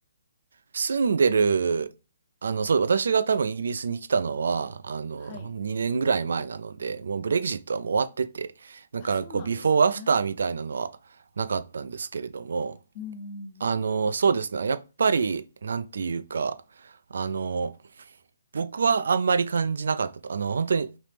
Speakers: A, on the right; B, on the left.
A: 住んでる、あの、そう、私が多分イギリスに来たのは、あの、
B: はい。
A: ほん2年ぐらい前なので、もうブレグジットはもう終わってて、だからこう、
B: あ、そうなんですね。
A: ビフォーアフターみたいなのはなかったんですけれども、
B: うん、
A: あの、そうですね。やっぱり、なんていうか、あの、僕はあんまり感じなかったと。あの、本当に